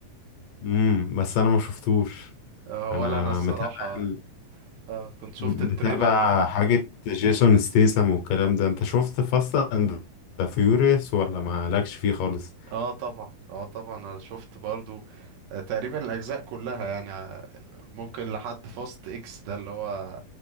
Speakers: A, on the left; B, on the right.
A: امم بس انا ما شفتوش
B: آه
A: انا
B: ولا انا الصراحة
A: متابع ال-
B: آه كنت شفت
A: م-
B: التريلر
A: متابع حاجة جيسون ستيسم والكلام ده انت شفت فاست اند ذا فيوريوس ولا ما لكش فيه خالص
B: اه طبعا اه طبعا انا شفت برضو آه، تقريبا الاجزاء كلها يعني آه، ممكن لحد فاست اكس ده اللي هو